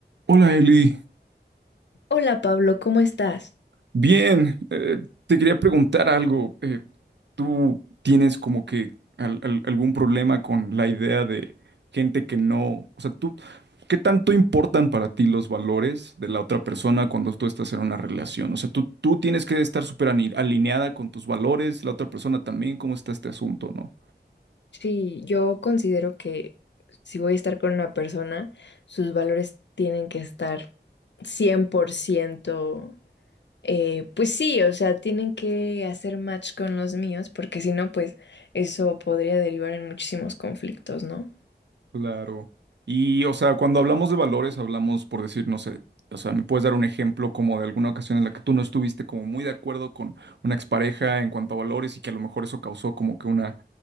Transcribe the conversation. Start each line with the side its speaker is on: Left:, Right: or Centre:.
Right: Hola Eli,
Left: Hola Pablo, ¿cómo estás?
Right: bien, eh, te quería preguntar algo. eh, ¿tú tienes como que al- al- algún problema con la idea de gente que no, o sea, tú, ¿qué tanto importan para ti los valores de la otra persona cuando tú estás en una relación? O sea, tú, tú tienes que estar súper ani- alineada con tus valores, la otra persona también, ¿cómo está este asunto, no?
Left: Sí, yo considero que si voy a estar con una persona, sus valores tienen que estar 100%, eh, pues sí, o sea, tienen que hacer match con los míos, porque si no, pues eso podría derivar en muchísimos conflictos, ¿no?
Right: Claro. Y, o sea, cuando hablamos de valores, hablamos por decir, no sé, o sea, ¿me puedes dar un ejemplo como de alguna ocasión en la que tú no estuviste como muy de acuerdo con una expareja en cuanto a valores y que a lo mejor eso causó como que una,